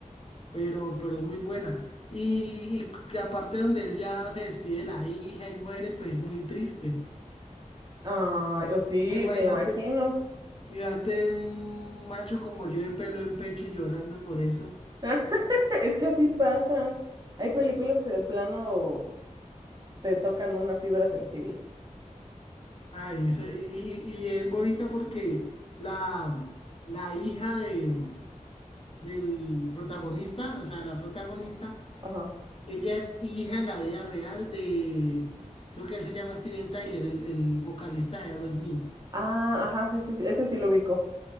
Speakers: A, on the left; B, on the right.
A: pero, pero es muy buena. Y, y la parte donde él ya se despide de la hija y muere, pues es muy triste.
B: Ah, yo sí,
A: Imagínate,
B: me imagino.
A: imagínate un macho como yo de pelo en pecho y llorando por eso.
B: <laughs> Es que así pasa. Hay películas que de plano te tocan una fibra sensible.
A: Ay, se- y, y- y es bonita porque la, la hija de, del protagonista, o sea, la protagonista,
B: Ajá.
A: ella es hija en la vida real de, creo que él se llama Steven Tyler, el, el vocalista de Aerosmith.
B: Ah, ajá, sí, sí, sí, ese sí lo ubico.